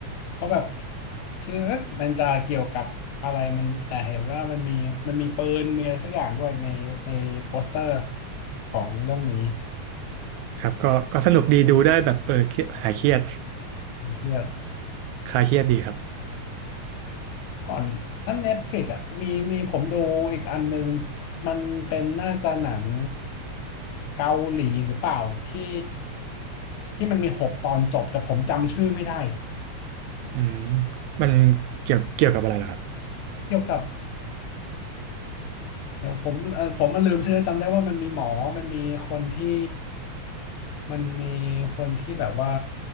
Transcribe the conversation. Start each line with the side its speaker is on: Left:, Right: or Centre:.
Left: เพราะแบบชื่อเอ๊ะมันจะเกี่ยวกับอะไรมันแต่เห็นว่ามันมีมันมีปืนมีอะไรสักอย่างด้วยในในโปสเตอร์ของเรื่องนี้
Right: ครับก็ก็สนุกดีดูได้แบบเออเครียดหายเครียด
Left: เฮีย
Right: คลายเครียดดีครับ
Left: ก่อนถ้าเน็ตฟลิกอ่ะมีมีผมดูอีกอันนึงมันเป็นน่าจะหนังเกาหลีหรือเปล่าที่ที่มันมีหกตอนจบแต่ผมจำชื่อไม่ได้
Right: อืมมันเกี่ยวเกี่ยวกับอะไรล่ะครับ
Left: เกี่ยวกับ เดี๋ยวผมเออผมมันลืมชื่อจำได้ว่ามันมีหมอมันมีคนที่มันมีคนที่แบบว่า